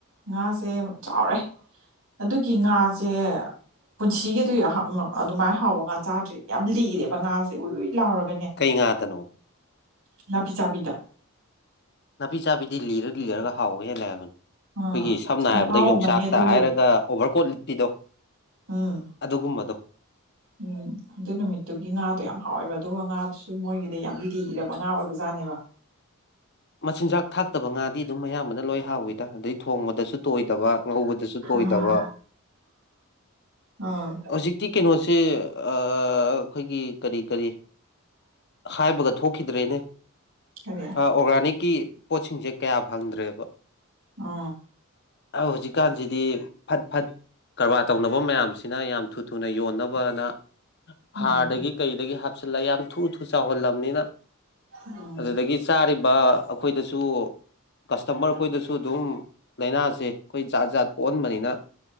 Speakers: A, on the right; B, on the left.
A: ꯉꯥꯁꯦ ꯆꯥꯎꯔꯦ ꯑꯗꯨꯒꯤ ꯉꯥꯁꯦ ꯄꯨꯟꯁꯤꯒꯤ ꯑꯗꯨ ꯑꯗꯨꯃꯥꯏꯅ ꯍꯥꯎꯕ ꯉꯥ ꯆꯥꯗ꯭ꯔꯦ ꯌꯥꯝ ꯂꯤꯔꯦꯕ ꯉꯥꯁꯦ ꯎꯣꯏ ꯂꯥꯎꯔꯒ
B: ꯀꯩ ꯉꯥꯗꯅꯣ
A: ꯅꯥꯄꯤ ꯆꯥꯕꯤꯗ
B: ꯅꯥꯄꯤ ꯆꯥꯕꯤꯗꯤ ꯂꯤꯔ ꯂꯤꯔꯒ ꯍꯥꯎꯋ ꯍꯦꯜꯂꯦ ꯍꯥꯏꯕꯅꯤ ꯑꯩꯈꯣꯏꯒꯤ
A: ꯑꯥ
B: ꯁꯝꯅ
A: ꯈꯨꯍꯥꯎ
B: ꯍꯥꯏꯔꯕꯗ ꯌꯣꯡꯆꯥꯛꯇ
A: ꯑꯃꯅꯦ ꯑꯗꯨꯒꯤ
B: ꯍꯥꯏꯔꯒ ꯑꯣꯚꯔ ꯀꯣꯠ ꯂꯤꯠꯄꯤꯗꯣ
A: ꯎꯝ
B: ꯑꯗꯨꯒꯨꯝꯕꯗꯣ
A: ꯎꯝ ꯑꯗꯨ ꯅꯨꯃꯤꯠꯇꯨꯒꯤ ꯉꯥꯗꯣ ꯌꯥꯝ ꯍꯥꯎꯋꯦꯕ ꯑꯗꯨꯒ ꯉꯥꯗꯨꯁꯨ ꯃꯣꯏꯒꯤꯗꯤ ꯌꯥꯝ ꯂꯤꯔꯕ ꯉꯥ ꯑꯣꯏꯕ ꯖꯥꯠꯅꯦꯕ
B: ꯃꯆꯤꯟꯖꯥꯛ ꯊꯥꯛꯇꯕ ꯉꯥꯗꯤ ꯑꯗꯨꯝ ꯑꯌꯥꯝꯕꯅ ꯂꯣꯏ ꯍꯥꯎꯋꯤꯗ ꯑꯗꯩ ꯊꯣꯡꯕꯗꯁꯨ ꯇꯣꯏ ꯉꯧꯕ ꯇꯣꯏ
A: ꯎꯝ ꯑꯥ
B: ꯍꯧ ꯀꯩꯅꯣ ꯁꯤ ꯑꯩꯈꯣꯏꯒꯤ ꯀꯔꯤ ꯀꯔꯤ ꯍꯥꯏꯕꯒ ꯊꯣꯛꯈꯤꯗ꯭ꯔꯦꯅꯦ
A: ꯀꯔꯤ
B: ꯑꯣꯔꯒꯥꯅꯤꯛꯀꯤ ꯄꯣꯠꯁꯤꯡꯁꯦ ꯀꯌꯥ ꯐꯪꯗ꯭ꯔꯦꯕ
A: ꯑ
B: ꯍꯧꯖꯤꯛꯀꯥꯟꯁꯤꯗꯤ ꯐꯠ ꯐꯠ ꯀꯔꯕꯥꯔ ꯇꯧꯅꯕ ꯃꯌꯥꯝꯁꯦ ꯌꯥꯝ ꯊ ꯊꯅ ꯌꯣꯟꯅ
A: ꯎꯝ
B: ꯍꯥꯔ ꯀ ꯜꯂ ꯌꯥꯝ ꯊꯨ ꯊꯨ ꯆꯥꯎꯍꯜꯂꯝꯕꯅꯤꯅ
A: ꯎꯝ
B: ꯑꯗꯨ ꯆꯥ ꯑꯩꯈꯣꯏꯗꯁꯨ ꯀꯁꯇꯃꯔ ꯑꯩꯈꯣꯏꯗꯁꯨ ꯑꯗꯨꯝ ꯂꯥꯏꯅꯥꯁꯦ ꯑꯩꯈꯣꯏ ꯖꯥꯠ ꯖꯥꯠ ꯄꯣꯛꯍꯟꯕꯅꯤꯅ